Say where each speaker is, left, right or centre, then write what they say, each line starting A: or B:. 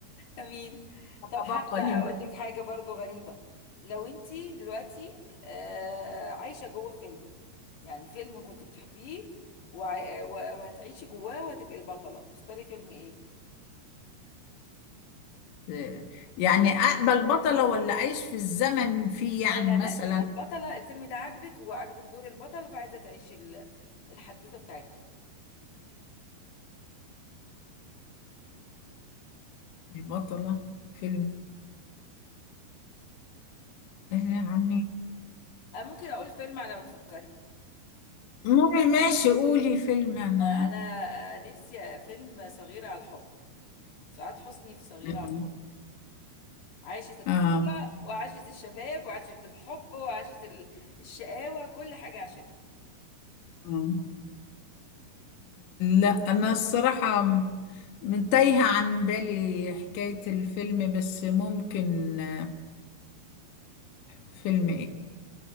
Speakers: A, on the left; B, on the left.
A: امين طب
B: تتبقى
A: حابه اقول
B: لي
A: لك حاجه برضو غريبه لو انتي دلوقتي آه، عايشه جوه فيلم يعني فيلم كنت بتحبيه وع- وه- وهتعيشي جواه وهتبقي البطله تختاري فيلم ايه
B: آه، يعني أقبل بطلة ولا أعيش في الزمن فيه
A: لا
B: يعني
A: لا
B: مثلا
A: لا تبقي البطله الفيلم ده عاجبك وعاجبك دور البطله فعايزه تعيشي ال- الحدوته بتاعتها
B: البطلة فيلم يعني
A: أه ممكن اقول فيلم على ما تفكري
B: ما- ماشي قولي فيلم أنا
A: أه انا أه نفسي أه فيلم صغيرة على الحب سعاد حسني في صغيرة
B: مم.
A: على الحب عاشت الطفولة
B: آه.
A: وعاشت الشباب وعاشت الحب وعاشت ال- الشقاوة كل حاجة عاشتها
B: مم. لا أنا الصراحة م- من- تايهة عن بالي حكاية الفيلم بس ممكن آه، فيلم